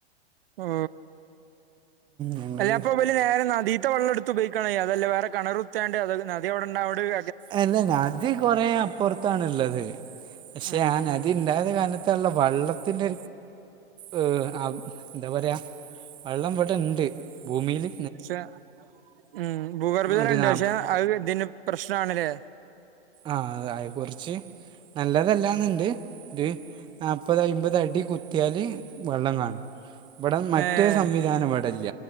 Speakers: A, on the right; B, on the right.
A: ഓ
B: ഞങ്ങൾ
A: അല്ല അപ്പമ <unintelligible> നേരെ നദീത്ത വെള്ളം എടുത്ത് ഉപയോഗിക്കാണ് ചെയ്യാ അതല്ല വേറെ കെണറ് കുത്തിയാണ്ട് അതായത് നദി അവിടൊണ്ട് അവിടൊരു
B: അല്ലല്ല നദി കുറോ അപ്പുറത്തണ്ള്ളത്. പക്ഷെ
A: ഉം
B: ആ നദി
A: ഉം
B: ഇണ്ടായത് കാല തള്ള വെള്ളത്തിന്റെ ഒര് വ് എന്താപറയാ വെള്ളം ഇവടെ ഇണ്ട് ഭൂമില്.
A: ക്ഷെ ഉ ഭൂഗർബിവരെണ്ട്
B: ഒരു നാ
A: പക്ഷെ അത് ഇതിന് പ്രശ്നണല്ലേ
B: ആഹ അ അത് കുറച്ച് നല്ലതല്ലാന്നുണ്ട് ത് ന്നാപത്, അയ്മ്പത്, അടി കുത്യല് വെള്ളം കാണും. മ്പടെ മറ്റേ
A: ഏഹ്
B: സംവിധാനം ഇവിടെല്ല